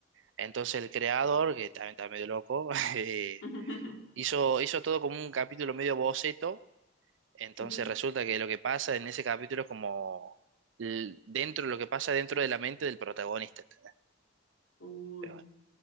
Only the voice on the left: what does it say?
<laughs>
Ujú.
Uy.